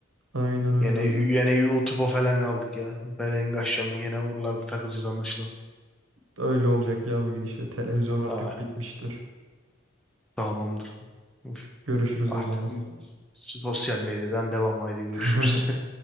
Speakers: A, on the right (about 75°); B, in the centre.
A: Aynen öyle
B: Yine,
A: hocam.
B: yine YouTube'a falan kaldık ya. Belen aşamı yine oralarda takılacağız anlaşılan.
A: Öyle olacak ya bu gidişle. Televizyon artık
B: Aa,
A: bitmiştir.
B: tamamdır. Üf,
A: Görüşürüz
B: Artık
A: o zaman.
B: sosyal medyadan devam. Haydi görüşürüz.
A: <laughs>